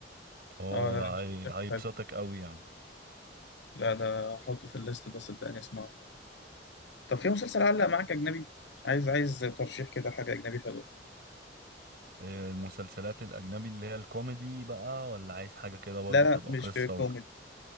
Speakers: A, on the right; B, on the left.
A: اه
B: اه لا
A: ده
B: لا شكله
A: هي- هيبسطك
B: حلو
A: قوي يعني
B: لا لا احطه في الليست ده صدقني اسمعه طب في مسلسل علق معاك اجنبي عايز عايز ترشيح كده حاجة اجنبي حلوة
A: إيه، المسلسلات الأجنبي اللي هي الكوميدي بقى ولا عايز حاجة كده برضه
B: لا لا
A: تبقى
B: مش
A: قصة وكده
B: كوميدي